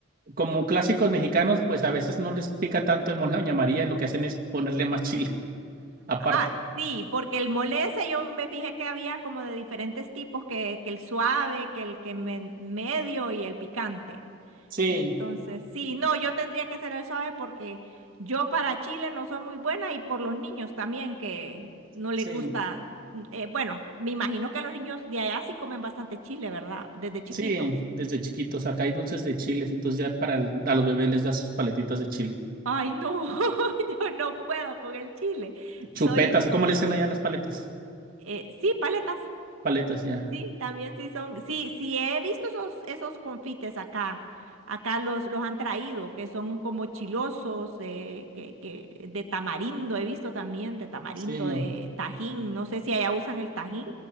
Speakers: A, on the right; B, on the right.
A: como clásicos mexicanos, pues a veces no les pica tanto el mole de Doña María, lo que hacen es ponerle más chile <laughs> aparte.
B: Ah, sí, porque el mole ese yo me fijé que había como de diferentes tipos, que, que el suave, que el que men- medio y el picante.
A: Sí,
B: Entonces, sí, no, yo tendría que ser el suave porque yo para Chile no soy muy buena y por los niños también que no les
A: sí.
B: gusta. mm, eh, bueno, me imagino que los niños de allá sí comen bastante chile, ¿verdad? Desde chiquitos.
A: Sí, desde chiquitos. Acá hay dulces de chiles, entonces ya para el- a los bebés les das sus paletitas de chile.
B: Ay, no, <laughs> yo no puedo con el chile. Soy,
A: Chupetas, ¿cómo le dicen allá las paletas?
B: eh, sí, paletas.
A: Paletas, ya.
B: Sí, también sí son, sí, sí he visto esos, esos confites acá, acá los, los han traído, que son como chilosos, eh, que, que de tamarindo, he visto también de tamarindo,
A: Sí.
B: de tajín, no sé si allá usan el tajín,